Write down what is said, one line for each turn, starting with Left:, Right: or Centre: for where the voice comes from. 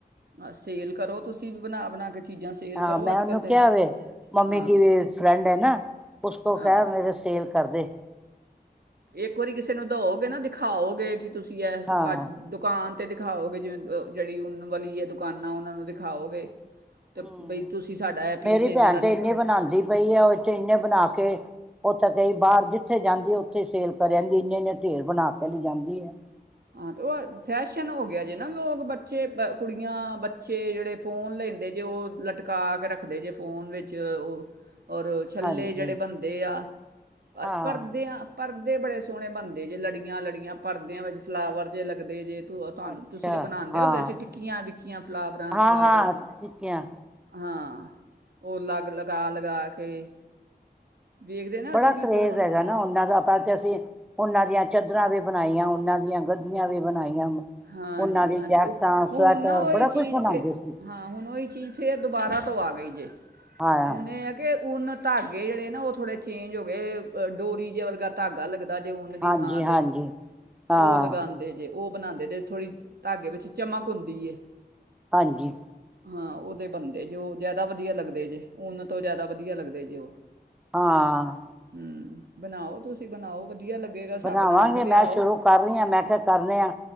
Right: ਆ ਸੇਲ ਕਰੋ ਤੁਸੀਂ ਵੀ ਬਣਾ, ਬਣਾ ਕੇ ਚੀਜ਼ਾਂ ਸੇਲ
Centre: ਹਾਂ
Right: ਕਰੋ
Centre: ਮੈਂ
Right: ਅੱਜ
Centre: ਉਹਨੂੰ
Right: ਕੱਲ੍ਹ ਤਾਂ
Centre: ਕਿਹਾ ਵੇ ਮੰਮੀ
Right: ਹਾਂ
Centre: ਕੀ ਵੀ ਫਰੈਂਡ ਹੈ ਨਾ ਉਸ ਤੋਂ
Right: ਹਾਂ
Centre: ਕ ਮੇਰੇ ਸੇਲ ਕਰਦੇ।
Right: ਇੱਕ ਵਾਰੀ ਕਿਸੇ ਨੂੰ ਦਓਗੇ ਨਾ ਦਿਖਾਓਗੇ ਕਿ ਤੁਸੀਂ ਇਹ
Centre: ਹਾਂ
Right: ਅੱਜ ਦੁਕਾਨ ਅਤੇ ਦਿਖਾਓਗੇ ਜਿਵੇਂ ਜਿਹੜੀ ਉਨ ਵਾਲੀ ਹੈ, ਦੁਕਾਨਾਂ ਉਹਨਾਂ ਨੂੰ ਦਿਖਾਓਗੇ। ਤੇ
Centre: ਹਮ,
Right: ਬਈ ਤੁਸੀਂ ਸਾਡਾ ਇਹ ਪੀਸ
Centre: ਮੇਰੀ
Right: ਇੰਨੇ
Centre: ਭੈਣ
Right: ਦਾ ਨਿਕ
Centre: ਤੇ ਇਨੇ ਬਣਾਉਂਦੀ ਪਈ ਆ ਉਥੇ ਇਨੇ ਬਣਾ ਕੇ ਉੱਥੇ ਕਈ ਬਾਹਰ ਜਿੱਥੇ ਜਾਂਦੀ ਉੱਥੇ ਸੇਲ ਕਰ ਆਦੀ ਇੰਨੇ, ਇੰਨੇ ਢੇਰ ਬਣਾ ਕੇ ਲਈ ਜਾਂਦੀ ਹੈ।
Right: ਹਾਂ ਤੇ ਉਹ ਫੈਸ਼ਨ ਹੋ ਗਿਆ‌ ਜੇ ਨਾ, ਲੋਕ ਬੱਚੇ ਕੁੜੀਆਂ ਬੱਚੇ ਜਿਹੜੇ ਫੋਨ ਲੈਂਦੇ ਜੇ ਉਹ ਲਟਕਾ ਕੇ ਰੱਖਦੇ ਜੇ ਫੋਨ ਵਿੱਚ ਉਹ ਔਰ ਛੱਲੇ
Centre: ਹਾਂਜੀ
Right: ਜਿਹੜੇ ਬਣਦੇ ਆ
Centre: ਹਾਂ
Right: ਭਰਦੇ ਆਾਂ ਪਰਦੇ ਬੜੇ ਸੋਹਣੇ ਬਣਦੇ ਜੇ ਲੜੀਆਂ ਲੜੀਆਂ ਪਰਦਿਆਂ ਵਿੱਚ ਫਲਾਵਰ ਜੇ ਲੱਗਦੇ ਜੇ ਤ ਤੁਹਾਨੂੰ
Centre: ਅੱਛਾ
Right: ਤੁਸੀਂ ਤਾਂ ਬਣਾਉਂਦੇ
Centre: ਹਾਂ
Right: ਹੁੰਦੇ ਅਸੀਂ ਟਿੱਕੀਆਂ ਵਿਕੀਆਂ ਫਲਾਵਰਾਂ
Centre: ਹਾਂ
Right: ਫਲਾਵਰ
Centre: ਹਾਂ ਟਿੱਕੀਆਂ
Right: ਹਾਂ। ਉਹ ਲਗ ਲਗਾ, ਲਗਾ ਕੇ ਵੇਖਦੇ ਨਾ
Centre: ਬੜਾ
Right: ਅਸੀਂ ਵੀ
Centre: ਕਰੇਜ਼
Right: ਫੋਨ
Centre: ਹੈਗਾ ਨਾ ਉਹਨਾਂ ਦਾ ਪਰ ਤੇ ਅਸੀਂ ਉਹਨਾਂ ਦੀਆਂ ਚਾਦਰਰਾਾਂ ਵੀ ਬਣਾਈਆਂ ਉਹਨਾਂ ਦੀਆਂ। ਗੱਦੀਆਂ ਵੀ ਬਣਾਈਆਂ
Right: ਹਾਂਜੀਹਾਂਜੀ
Centre: ਉਹਨਾਂ ਦੀ ਜੈਕਟਾਂ
Right: ਉਹ ਹੁਣ
Centre: ਸਵੈਟਰ
Right: ਨਾ ਉਹੀ
Centre: ਬੜਾ
Right: ਚੀਜ਼
Centre: ਕੁਛ ਬਣਾਉਂਦੇ
Right: ਫੇ
Centre: ਸੀ
Right: ਹਾਂ ਹੁਣ ਉਹੀ ਚੀਜ਼ ਫੇਰ ਦੁਬਾਰਾ ਤੋਂ ਆ ਗਈ ਜੇ
Centre: ਹਾਂ
Right: ਹੁਣ ਇਹ ਹੈ ਕਿ ਉਹਨ ਤੁਹਾਡ ਜਿਹੜੇ ਨਾ ਉਹ ਥੋੜੇਜ ਹੋ ਗਏ ਡੋਰੀ ਜੇ ਵਰਗਾ ਧਾਗਾ ਲੱਗ ਦਾ ਜੇ ਦੀ
Centre: ਹਾਂਜੀ
Right: ਥਾਂ ਤੇ
Centre: ਹਾਂਜੀ ਹਾਂ
Right: -ਉਹ ਲਗਾਉਂਦੇ ਜੇ ਉਹ ਬਣਾਉਂਦੇ ਥੋੜ੍ਹੀ ਧਾਗੇ ਵਿੱਚ ਚਮਕ ਹੁੰਦੀ।
Centre: ਹਾਂਜੀ।
Right: ਹਾਂ ਉਹਦੇ ਬਣਦੇ ਜੇ ਉਹ ਜ਼ਿਆਦਾ ਵਧੀਆ ਲੱਗਦੇ ਜੇ ਨ ਤੋਂ ਜ਼ਿਆਦਾ ਵਧੀਆ ਲੱਗਦੇ ਜੇ।
Centre: ਹਾਂ
Right: ਹਮ ਬਣਾਓ ਤੁਸੀਂ ਬਣਾਓ ਵਧੀਆ ਲੱਗੇਗਾ ਸਾ
Centre: ਬਣਾਵਾਂਗੇ
Right: ਬਣਾ ਕੇ ਲਿਆਓ
Centre: ਮੈਂ ਸ਼ੁਰੂ ਕਰ ਰਹੀ ਹਾਂ ਮੈਂ ਕਿਹਾ ਕਰਨੇ ਆ